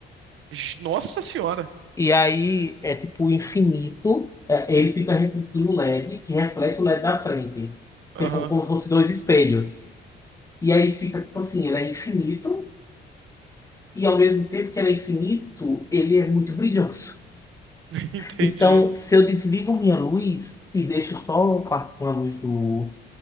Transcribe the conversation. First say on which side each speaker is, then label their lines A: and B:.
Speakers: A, on the right; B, on the left.
A: J- Nossa senhora!
B: E aí é tipo infinito, é, ele fica refletindo o LED, que reflete o LED da frente,
A: Aham.
B: que são como se fossem dois espelhos. E aí fica tipo assim, ele é infinito, e ao mesmo tempo que ele é infinito, ele é muito brilhoso.
A: <laughs> Entendi.
B: Então, se eu desligo minha luz e deixo só o quarto com a luz do,